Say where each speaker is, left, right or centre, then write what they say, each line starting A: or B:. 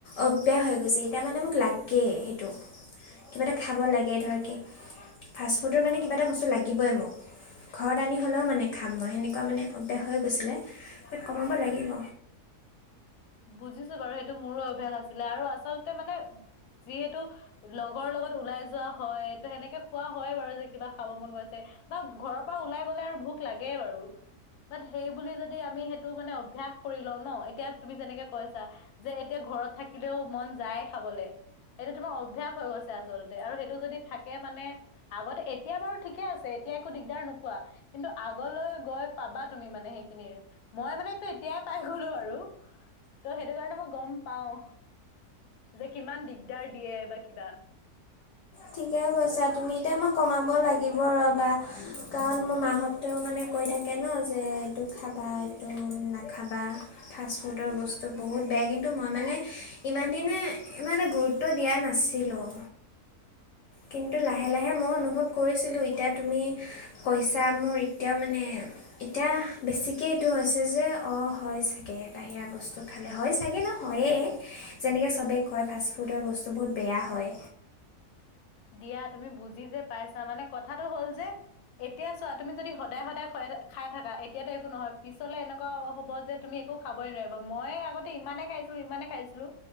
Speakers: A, on the left; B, on the left.
A: অব্যাস হৈ গৈছে, এতিয়া মানে মোক লাগি- কে সেইটো, কিবা এটা খাব লাগে ধৰকে। ফাষ্টফুডৰ মানে কিবা এটা বস্তু লাগিবই মোক। ঘৰত আনি হ'লেও মানে খাম মই সেনেকুৱা মানে অব্যাস হৈ গৈছিলে বাত কমাব লাগিব।
B: বুজিছো বাৰু সেইটো মোৰো অভ্যাস আছিলে আৰু আচলতে মানে যিহেতু- লগৰ লগত ওলাই যোৱা হয় ত সেনেকে খোৱা হয় বাৰু যে কিবা খাব মন গৈছে। বা ঘৰৰ পা ওলাই গ'লে আৰু ভোক লাগে আৰু। বাট সেই বুলি যদি আমি সেইটো মানে অভ্যয়াস কৰি লও ন এতিয়া। তুমি যেনেকে কৈছা যে এতিয়া ঘৰত থাকিলেও মন যায় খাবলৈ। সেইটো তোমাৰ অভ্যয়াস হৈ গৈছে আচলতে আৰু সেইটো যদি থাকে মানে। আগতে এতিয়া বাৰু ঠিকে আছে এতিয়া একো দিগদাৰ নোপোৱা। কিন্তু আগলৈ গৈ পাবা তুমি মানে সেইখিনিৰ মই মানেটো এতিয়াই পাই গলো বাৰু। ত' সেইটো কাৰণে মই গম পাও যে কিমান দিগদাৰ দিয়ে বা কিবা।
A: ঠিকে কৈছা তুমি এতিয়া মই কমাব লাগিব ৰ'বা কাৰণ, মোৰ মাহঁত- তেওঁ মানে কৈ থাকে ন যে এইটো খাবা এইটো নাখাবা। ফাষ্টফুডৰ বস্তু বহুত বেয়া কিন্তু মই মানে ইমান দিনে ইমান এইমানে গুৰুত্ব- টো দিয়া নাছিলোঁ। কিন্তু লাহে লাহে মই অনুভৱ কৰিছিলোঁ এতিয়া তুমি পইচা মোৰ এতিয়াও মানে- এতিয়া বেছিকে এইটো হৈছে যে অঁ হয় চাগে বাহিৰা বস্তু। খালে হয় চাগে ন হয়ে, যেনেকৈ চবেই কয় ফাষ্টফুডৰ বস্তু বহুত বেয়া হয়।
B: দিয়া তুমি বুজি যে পাইছা মানে কথাটো হ'ল যে। এতিয়া চোৱা তুমি যদি সদায় সদায় খোৱাই খাই থাকা এতিয়াতো একো নহয় পিছলে এনেকুৱা হ'ব যে তুমি। একো খাবই নোৱাৰিবা মই আগতে ইমানে খাইছিলো ইমানে খাইছিলো।